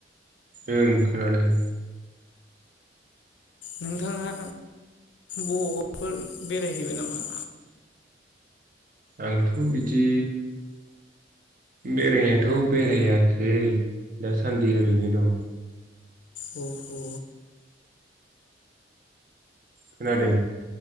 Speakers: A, on the right (about 45°); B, on the left (about 75°).
A: ओं खोनादों।
B: नोंथाङा बबावाफोर बेरायहैबाय नामा?
A: आंथ' बिदि बेरायनायाथ' बेरायाखै दासान्दि ओरैनो दं।
B: अ अ
A: खोनादों?